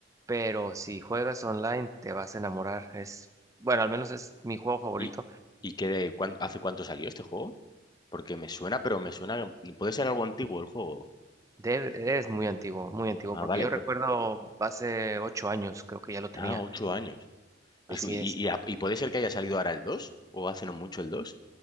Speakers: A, on the right; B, on the left.
A: Pero si juegas online, te vas a enamorar. Es, bueno, al menos es mi juego favorito.
B: ¿Y, y qué de, cuán- hace cuánto salió este juego? Porque me suena, pero me suena, puede ser algo antiguo el juego.
A: Debe- es muy antiguo, muy antiguo.
B: Ah,
A: Porque
B: vale,
A: yo recuerdo
B: por,
A: hace ocho años, creo que ya lo tenía.
B: ah, ocho años. Es-
A: Así
B: y,
A: es.
B: y, a- y puede ser que haya salido ahora el 2 o hace no mucho el dos